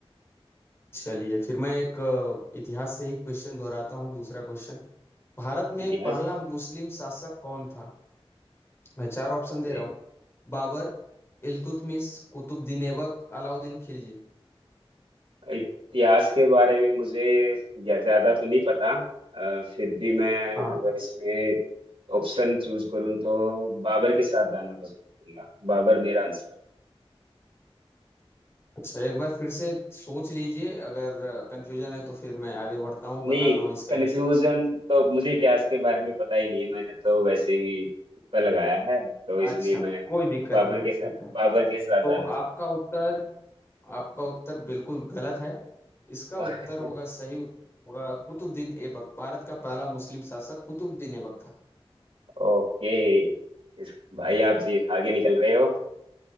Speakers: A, on the left; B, on the right.
A: चलिए फिर मैं एक अ, इतिहास से ही क्वेश्चन दोहराता हूँ दूसरा क्वेश्चन भारत में
B: इतिहास
A: पहला मुस्लिम शासक कौन था मैं चार ऑप्शन
B: बताइए
A: दे रहा हूँ बाबर इल्तुतमिश कुतुबुद्दीन ऐबक अलाउद्दीन खिलजी
B: इतिहास के बारे में मुझे ज्या- ज्यादा तो नहीं पता अ, फिर भी मैं
A: हाँ
B: अगर इसमें ऑप्शन चूज करूँ तो बाबर के साथ जाना पसंद करूंगा बाबर मेरा आंसर
A: अच्छा एक बार फिर से सोच लीजिए अगर कंफ्यूजन है तो फिर मैं आगे बढ़ता हूँ
B: है
A: बताता
B: नहीं
A: हूँ इसका
B: कंफ्यूजन
A: आंसर
B: तो मुझे इतिहास के बारे में पता ही नहीं है मैंने तो वैसे ही तुक्का लगाया है तो इसलिए
A: अच्छा
B: मैं
A: कोई दिक्कत
B: बाबर
A: नहीं है
B: के
A: ठीक
B: साथ
A: है
B: बाबर के साथ
A: तो
B: जाना
A: आपका उत्तर आपका उत्तर बिल्कुल गलत है इसका
B: चाहूंगा
A: उत्तर होगा सही उत्तर होगा कुतुबुद्दीन ऐबक भारत का पहला मुस्लिम शासक कुतुबुद्दीन ऐबक था
B: <laughs> ओके इस- भाई आप जी आगे निकल रहे हो